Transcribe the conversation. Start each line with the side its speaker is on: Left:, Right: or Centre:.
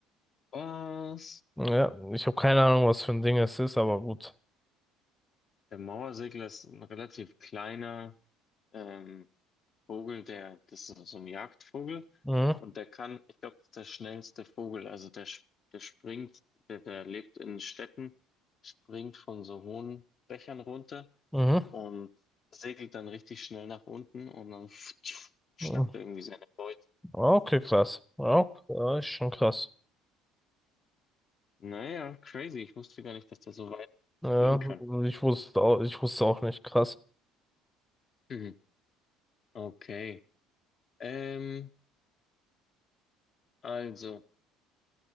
Left: Was?
Centre: Ja, ich habe keine Ahnung, was für ein Ding es ist, aber gut.
Left: Der Mauersegler ist ein relativ kleiner ähm, Vogel, der, das ist so ein Jagdvogel
Centre: Mhm,
Left: und der kann, ich glaube, das ist der schnellste Vogel, also der, sch- der springt, der, der lebt in Städten, springt von so hohen Dächern runter
Centre: mhm.
Left: und segelt dann richtig schnell nach unten und dann <tsk> schnappt
Centre: mhm.
Left: er irgendwie seine Beute.
Centre: Okay, krass. Ja, ja, ist schon krass.
Left: Naja, crazy. Ich wusste gar nicht, dass das so weit
Centre: Ja,
Left: gehen kann.
Centre: ich wusste auch, ich wusste auch nicht. Krass.
Left: Mhm. Okay. Ähm, also,